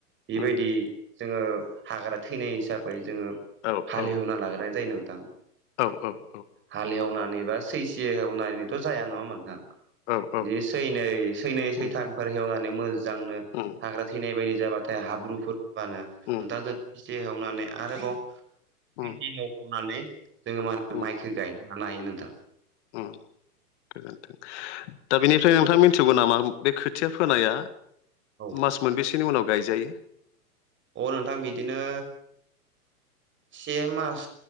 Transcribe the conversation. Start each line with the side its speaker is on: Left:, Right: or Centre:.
Right: बेबायदि
Left: उम
Right: जोङो हाग्रा थैनाय हिसाबै जोङो
Left: औ
Right: हालेवना
Left: औ
Right: लाग्राय जायो नोंथां
Left: औ औ
Right: हाल एवनानै बा सैसे एवनानैथ' जाया नङा होमबा नोंथां
Left: औ औ
Right: इदि सैनै सैनै सैथामफोर
Left: उम
Right: हेवनानै मोजांनो
Left: <unintelligible>
Right: हाग्रा थैनाय बायदि जाबाथाय हाब्रुफोरबानो
Left: उम
Right: नोंथां एसे हेवनानै आरोबाव फिनसे
Left: उम
Right: एवबावनानै जोङो
Left: उम
Right: माइखौ गाय ना लानो हायो नोंथां
Left: गोजोनथों दा बेनिफ्राय नोंथां मिथिगौ नामा बे खोथिया फोनाया
Right: औ
Left: मास मोनबेसेनि उनाव गायजायो
Right: अ नोंथां बिदिनो से मास